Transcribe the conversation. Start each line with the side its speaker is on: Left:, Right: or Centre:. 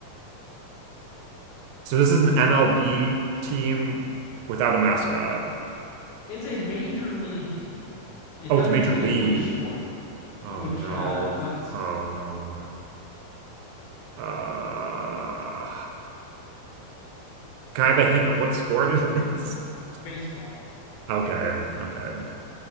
Right: So this is an MLB team without a mascot.
Left: It's a major league team. It
Right: Oh,
Left: doesn't
Right: it's a major
Left: say
Right: league.
Left: which sport,
Right: Oh
Left: which
Right: no.
Left: uh what's
Right: Oh no. Uh, can I have a hint of what sport it is? <laughs>
Left: baseball.
Right: Okay, okay.